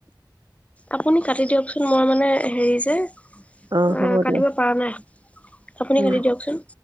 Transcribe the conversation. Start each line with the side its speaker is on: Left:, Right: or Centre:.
Left: আপুনি কাটি দিয়কচোন মই মানে হেৰি যে আহ
Right: অ' হ'ব
Left: কাটিব
Right: দিয়া
Left: পাৰা নাই। আপুনি
Right: উম।
Left: কাটি দিয়কচোন।